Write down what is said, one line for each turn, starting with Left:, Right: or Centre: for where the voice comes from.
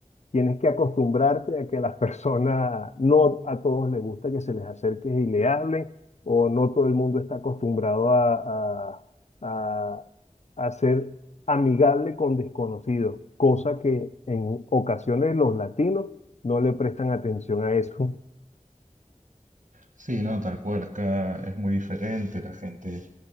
Left: Tienes que acostumbrarte a que a las personas, no a todos les gusta que se les acerque y le hablen, o no todo el mundo está acostumbrado a, a, a- a ser amigable con desconocidos, cosa que en ocasiones los latinos no le prestan atención a eso.
Right: Sí, no, tal cual. Acá es muy diferente, la gente